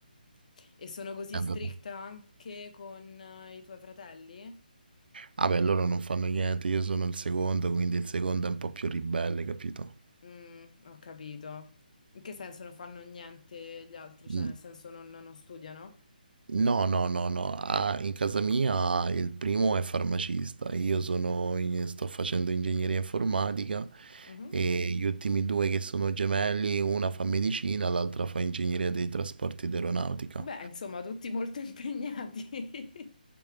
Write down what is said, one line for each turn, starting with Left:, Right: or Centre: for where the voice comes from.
Left: E sono così
Right: Eh
Left: stricta
Right: vabbè.
Left: anche con eh, i tuoi fratelli?
Right: Ah beh, loro non fanno niente, io sono il secondo, quindi il secondo è un po' più ribelle, capito?
Left: Mm, ho capito. In che senso non fanno niente gli altri? Cioè,
Right: N
Left: nel senso non, non studiano?
Right: no, no, no, no, ah, in casa mia il primo è farmacista, io sono in sto facendo ingegneria informatica
Left: Mhm.
Right: e gli ultimi 2 che sono gemelli, una fa medicina, l'altra fa ingegneria dei trasporti ed aeronautica.
Left: Beh, insomma, tutti molto <laughs> impegnati.